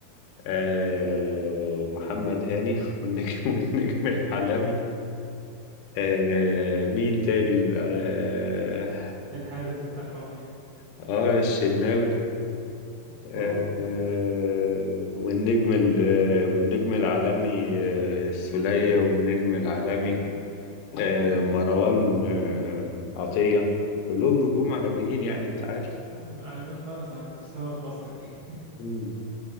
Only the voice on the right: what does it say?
الحارس بتاعهم ايه
بعوق
عالم عالمين خالص على المستوى المصري